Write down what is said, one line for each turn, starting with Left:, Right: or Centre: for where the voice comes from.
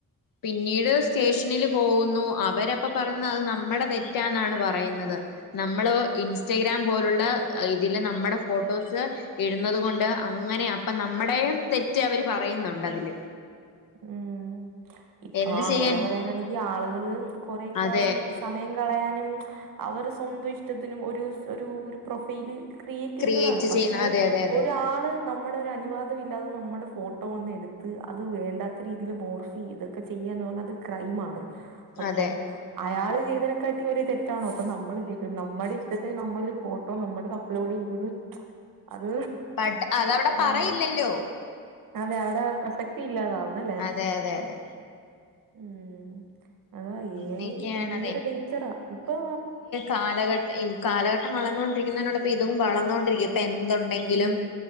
Left: പിന്നീട് സ്റ്റേഷനില് പോകുന്നു അവരപ്പൊ പറയുന്നത്ത് അത് നമ്മുടെ തെറ്റാന്നാണ് പറയുന്നത്. നമ്മളോ ഇൻസ്റ്റഗ്രാം പോലുള്ള ഇതില് നമ്മുടെ ഫോട്ടോസ് ഇടുന്നത് കൊണ്ട് അങ്ങനെ അപ്പൊ നമ്മടെയും തെറ്റ് അവര് പറയുന്നുണ്ട് അതില്
Right: ഉം ഇപ്പൊ
Left: എന്ത്
Right: അങ്ങനെ
Left: ചെയ്യാൻ
Right: പറയാനാങ്കി ആളുകള് കൊറെക്കാ
Left: അതെ
Right: സമയം കളയാനും അവർ സ്വന്തം ഇഷ്ടത്തിനും ഒര് ഒരു ഒരു പ്രൊഫൈല് ക്രിയേറ്റ്യ്യ്ന്നതാണ്
Left: ക്രിയേറ്റ്
Right: പക്ഷെ
Left: ചെയ്യുന്ന അതെ അതെ അതെ
Right: ഒരാള് നമ്മുടെ ഒരു അനുവാദം ഇല്ലാതെ നമ്മുടെ ഫോട്ടോ ഒന്ന് എടുത്ത് അത് വേണ്ട വേണ്ടാത്ത രീതിൽ മോർഫി ഇതൊക്കെ ചെയ്യന്ന് പറഞ്ഞ അത് ക്രൈ ആണ്. അപ്പം
Left: അതെ
Right: അയാള് ചെയ്തതിനെക്കാട്ടി വലിയ ഒരു തെറ്റാണോ പ്പൊ നമ്മല് ചെയ്ത നമ്മുടെ ഇഷ്ടത്തിന് നമ്മളൊരു ഫോട്ടോ നമ്മുടെ കം <unintelligible> അത്
Left: ബട്ട് അതവിടെ
Right: അതാണ്
Left: പറയില്ലല്ലോ
Right: അതെ അവിടെ പ്രസക്തി ഇല്ലാതാവും ന്നല്ലേ
Left: അതെ അതെ അതെ
Right: ഉം അ
Left: അങ്ങനെയൊക്കെയാണ്
Right: ഏയ് ഭയങ്കര ഡേയിഞ്ചറാ ഇപ്പൊ
Left: കാലഘട്ടം ഈ കാലഘട്ടം വളർന്നുകൊണ്ടിരിക്കുന്നതിനോടൊപ്പം ഇതും വളർന്നോണ്ടിരിക്കും ഇപ്പൊ എൻ തുണ്ടെങ്കിലും
Right: ഉം